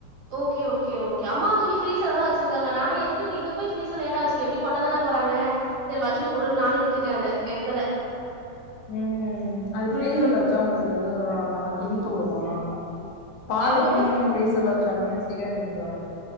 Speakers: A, on the right; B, on the left.
A: ஓகே ஒஓே ஓகே அம்மா தூக்கி ஃப்ரீஸ்ர் ல தா வெச்சுருக்காங்க நானு எதுக்கு இத போய் ஃப்ரீஸ்ர்ல ஏற்டா வச்சிருக்க எப்டி கொட்டா தான போறாங்க சரி வச்சிட்டு போடுன்னு நானு விட்டுட்ட அத எடுக்கல
B: ம் ம் அது ஃப்ரீசர்ல
A: ம்
B: வச்சா உங்களுக்கு <unintelligible> இழுத்து குடுக்கு நம்ம பாலுமே
A: அவங்க போய்
B: ஃப்ரீஸ்ர் ல வெச்சாலுமே சீக்கிரோ கெட்டு போவாது